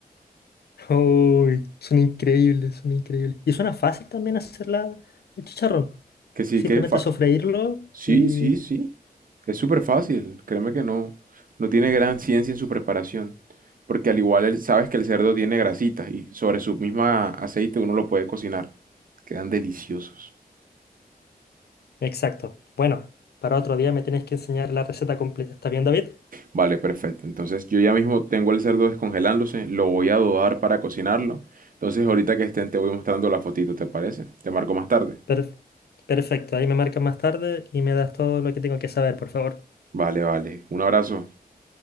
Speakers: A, on the left (about 85°); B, on the right (about 60°).
A: <laughs> Uy, son increíbles, son increíbles. Y suena fácil también hacerla el chicharrón.
B: Que sí,
A: Simplemente
B: que fa-
A: sofreírlo
B: Sí,
A: y
B: sí, sí. Es súper fácil. Créeme que no, no tiene gran ciencia en su preparación. Porque al igual el- sabes que el cerdo tiene grasitas y sobre su misma aceite uno lo puede cocinar. Quedan deliciosos.
A: Exacto. Bueno, para otro día me tienes que enseñar la receta completa. ¿Está bien, David?
B: Vale, perfecto. Entonces yo ya mismo tengo el cerdo descongelándose, lo voy a adobar para cocinarlo. Entonces ahorita que estén te voy mostrando la fotito, ¿te parece? Te marco más tarde.
A: Perf- perfecto. Ahí me marcas más tarde y me das todo lo que tengo que saber, por favor.
B: Vale, vale. Un abrazo.